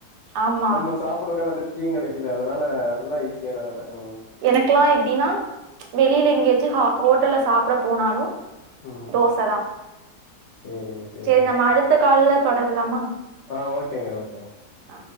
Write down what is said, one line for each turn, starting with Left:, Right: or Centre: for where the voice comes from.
Right: ஆமா
Left: நம்ம சாப்புறதான திருப் தியு கெடைக்குது அதனால அதுதா ஈஸியான வேல ம்
Right: எனக்லா எப்டின்னா வெளியில எங்கியாச்சி ஹா ஹோட்டல்ல சாப்ட போனாலு
Left: ம்
Right: தோச தா
Left: சேரிங்க சேரிங்க
Right: சேரி நம்ம அடுத்த கால்ல தொடரலாமா
Left: ஆ ஓகேங்க ஓகேங்க
Right: ஆ